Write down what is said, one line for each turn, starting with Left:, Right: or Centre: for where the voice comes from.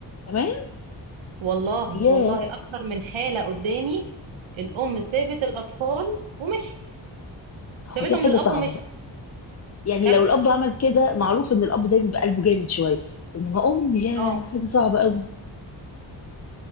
Left: كمان
Right: والله
Left: ياه
Right: والله اكتر من حالة قدامي الام سابت الاطفال ومشت
Left: هو
Right: سابتهم
Left: دي حاجه
Right: للاب
Left: صعبه
Right: ومشت
Left: بقى يعني
Right: كارثة
Left: لو الاب عمل كده معروف ان الاب ده بيبقى قلبه جامد شويه انما ام ياه
Right: اه
Left: حاجه صعبه قوي